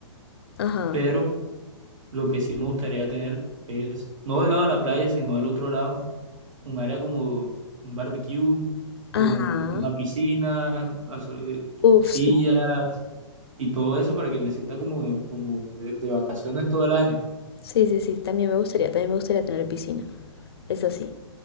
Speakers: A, on the left (about 50°); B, on the right (about 85°).
A: Ajá,
B: pero lo que sí me gustaría tener es, no del lado de la playa, sino del otro lado, un área como un barbecue, con
A: ajá.
B: una piscina, aso- eh,
A: Uf,
B: sillas
A: sí.
B: y todo eso para que me sienta como, como de, de vacaciones todo el año.
A: Sí, sí, sí, también me gustaría, también me gustaría tener piscina. Es así,